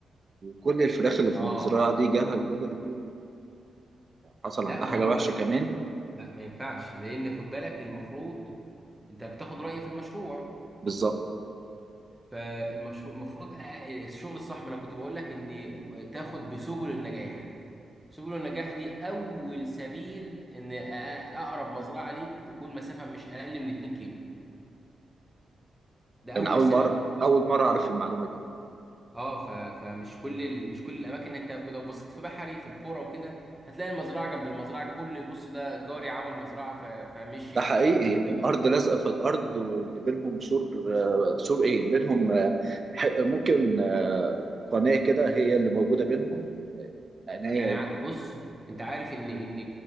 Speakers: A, on the right; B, in the centre.
A: وكل الفراخ اللي في
B: اه
A: المزرعه دي جالها الجدر دي وحصل
B: لا
A: عندها
B: ما
A: حاجه
B: هو
A: وحشه كمان
B: لا ما ينفعش لان خد بالك المفروض انت بتاخد رايي في المشروع
A: بالظبط
B: فالمشروع المفروض أ- الشغل الصح ما انا كنت بقول لك ان تاخد بسبل النجاح سبل النجاح دي اول سبيل ان أ- اقرب مزرعه ليك تكون مسافه مش اقل من 2 كيلو ده
A: لان
B: اول
A: اول
B: سبيل
A: مره اول مره اعرف المعلومه دي
B: اه ف... فمش كل ال... مش كل الاماكن انت لو بصيت في بحري في القرى وكده هتلاقي المزرعه جنب المزرعه كل بص ده جاري عمل مزرعه ف... فمشيت
A: ده حقيقي
B: ف... انت
A: إيه، الارض لازقه في الارض واللي بينهم سور آه، سور ايه بينهم آه، ح- ممكن آه، قناه كده هي اللي موجوده بينهم عناية
B: يعني ع- بص انت عارف ان ان